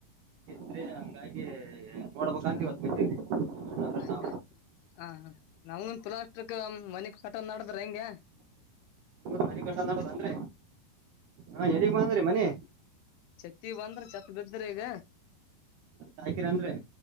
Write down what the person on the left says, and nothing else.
ಹಾ
ಆಯ್ತ್
ಆಯ್ತ್ರಿ ಹಾ ನಮಂದ ತುಲಾ ಅಷ್ಟ್ರಕ್ಕ ಮನಕ್ ಕಟ ನದ್ರ ಹೆಂಗಗೆ.
ಚತಿ ಬಂದ್ರ ಛತ್ ಬಿದ್ದ್ರಿ ಈಗ.